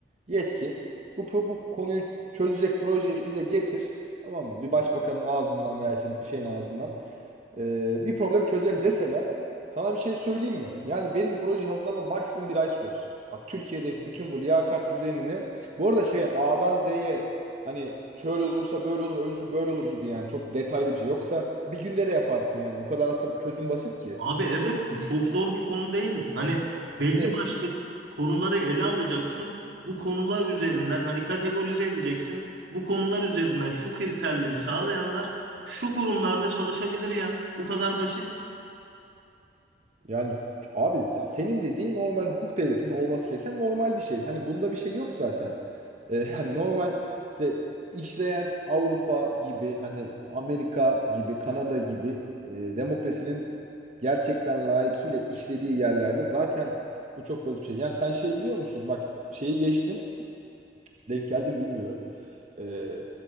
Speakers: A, on the right; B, on the right.
A: Yetki bu, bu, bu konuyu çözecek projeyi bize getir tamam mı? Bir başbakanın ağzından veya işte bir şeyin ağzından ee, bir problem çözelim deseler sana bir şey söyleyeyim mi? Yani benim proje hazırlama maksimum bir ay sürer. Bak Türkiye'deki bütün bu liyakat düzenini bu arada şey A'dan Z'ye Hani şöyle olursa böyle olur, öyle olursa böyle olur gibi yani çok detaylı bir şey. Yoksa bir günde de yaparsın yani. O kadar aslında çözüm basit ki.
B: Abi evet bu çok zor bir konu değil. Hani belli
A: İşte
B: başlı konuları ele alacaksın. Bu konular üzerinden hani kategorize edeceksin. Bu konular üzerinden şu kriterleri sağlayanlar şu kurumlarda çalışabilir ya. Bu kadar basit.
A: yani abi ya senin dediğin normal hukuk devletinin olması gereken normal bir şey. Hani bunda bir şey yok zaten. Ee, <laughs> yani normal işte işleyen Avrupa gibi hani Amerika gibi Kanada gibi e, demokrasinin gerçekten layıkıyla işlediği yerlerde zaten bu çok basit bir şey. Yani sen şey biliyor musun? Bak şeyi geçtim. denk geldim bilmiyorum. Ee,